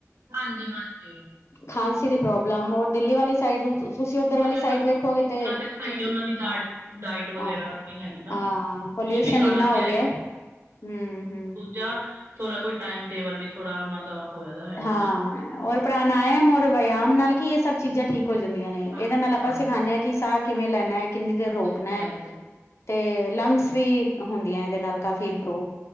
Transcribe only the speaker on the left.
ਖਾਂਸੀ ਦੀ ਪ੍ਰੋਬਲਮ ਓਰ ਦਿੱਲੀ ਵਾਲੀ ਸਾਈਡ <unintelligible> ਤੁਸੀ ਓਧਰ ਵਾਲੀ
ਸਾਈਡ
ਵੇਖੋਗੇ
ਤੇ,
ਕੀ ਕੀ
ਹਾਂ,
ਹਾਂ। ਪੋਲਯੁਸ਼ਨ
ਇੰਨਾ
ਹੋਗੇਆ। ਹੂੰ, ਹੂੰ
ਹਾਂ,
ਓਰ ਪ੍ਰਨਾਯਮ ਓਰ ਵਆਮ ਨਾਲ ਕੀ ਏ ਸਭ ਚੀਜ਼ਾਂ ਠੀਕ ਹੋ ਜਂਦੀਆਂ ਨੇ।
ਏਦੇ ਨਾਲ ਆਪਾਂ
ਸਿਖਾਨੇ ਆ ਕੀ ਸਾਹ ਕਿਵੇਂ ਲੈਣਾ ਐ ਕਿੰਨੀ ਦੇਰ
ਰੋਕਣਾ।
ਤੇ ਲੰਗਸ ਵੀ ਹੁੰਦੀਆਂ ਐਦੇ ਨਾਲ ਕਾਫੀ
ਇੰਪਰੂਵ।